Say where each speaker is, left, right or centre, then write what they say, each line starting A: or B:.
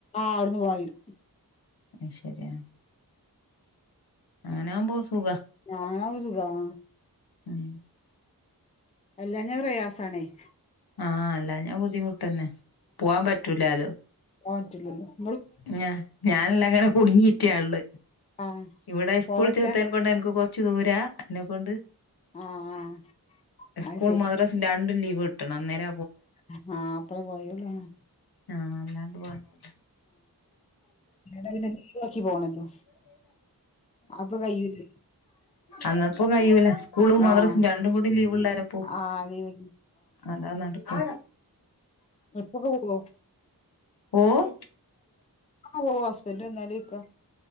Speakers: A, on the left (about 20°); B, on the left (about 75°).
A: ആ അവിടുന്ന് പോയിടും
B: അത് ശരിയാണ് അങ്ങനെയാവുമ്പോ സുഖവാ
A: അങ്ങനാകുമ്പോ സുഖവാ
B: ഉം
A: എല്ലാഞാ പ്രയാസാണെയ്
B: ആഹ് അല്ലാഞ ബുദ്ധിമുട്ടന്നെ പോവാൻ പറ്റൂലാലൊ
A: പോവറ്റുലല്ലൊ
B: ഞാ ഞാനല്ലങ്ങ്ന കുട്ങ്ങീറ്റള്ളെ
A: ആഹ്
B: ഇവടെ സ്കൂൾ
A: പോവലില്ല
B: ചേർത്തിൻ കൊണ്ട് എന്ക്ക് കൊറ റച് ദൂരാ അയിനകൊണ്ട്
A: ആഹ് ആഹ് അത്
B: സ്കൂളും
A: ശരി
B: മദ്രസും രണ്ടും ലീവ വിട്ടണം അന്നേര
A: ആഹ് പ്പൊന്ന് പോയെള്ളു
B: ആഹ് അല്ലാണ്ട് പോവാനാവൂല
A: അല്ലാതെ പിന്നെ ലീവാക്കി പോണല്ലോ അപ്പൊ കയ്യൂലേ
B: അന്നപ്പം കയ്യൂല സ്കൂളും മദ്രസും
A: ആഹ്
B: രണ്ടും കൂടി ലീവ്ള്ളേരം പ്പോവും
A: ആഹ് ലീവ്
B: അല്ലാതെ നടക്കു
A: എപ്പൊക്കെ പോവൊ
B: ഓഹ്
A: ഓഹ് ഹസ്ബന്റ വന്നാല് ഇക്ക